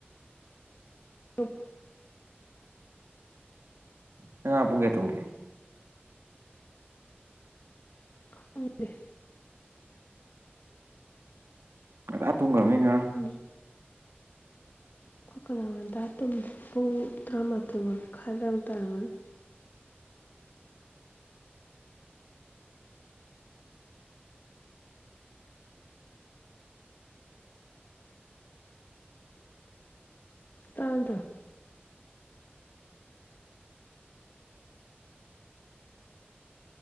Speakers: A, on the left; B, on the right.
A: ꯇꯧ
B: ꯅꯪ ꯉꯔꯥꯡ ꯄꯨꯡ ꯀꯌꯥ ꯇꯨꯝꯒꯦ
A: ꯈꯪꯗꯦ
B: ꯉꯟꯇꯥ ꯇꯨꯡꯒꯔꯝꯅꯤ ꯉꯔꯥꯡ
A: ꯎꯝ ꯑꯩꯈꯣꯏ ꯀꯅꯥꯒꯟꯗ ꯇꯨꯝꯗꯦ ꯄꯨꯡ ꯇꯔꯥꯃꯥꯊꯣꯏ ꯃꯈꯥꯏ ꯑꯗꯥꯢꯃꯨꯛ ꯇꯥꯔꯝꯒꯅꯤ ꯇꯥꯗ꯭ꯔ